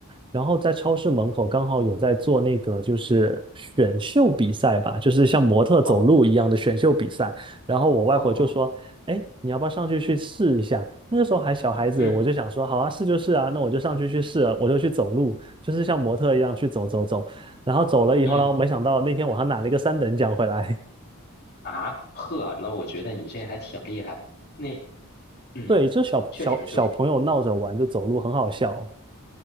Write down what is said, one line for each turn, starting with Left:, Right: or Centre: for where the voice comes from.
Right: 然后在超市门口刚好有在做那个就是选秀比赛吧，就是像模特走路一样的选秀比赛。
Left: 哦
Right: 然后我外婆就说：
Left: 哦，
Right: “哎，你要不要上去去试一下？”那个时候还小孩子，
Left: 嗯
Right: 我就想说：“好啊，试就试啊。”那我就上去去试了，我就去走路，就是像模特一样去走走走。然后走了以后，
Left: 嗯
Right: 然后没想到那天我还拿了一个三等奖回来。
Left: 啊呵，那我觉得你这还挺厉害。那。
Right: <laughs>
Left: 嗯，
Right: 对，就小小小朋友闹着玩，
Left: 确实就是，
Right: 就走路很好笑。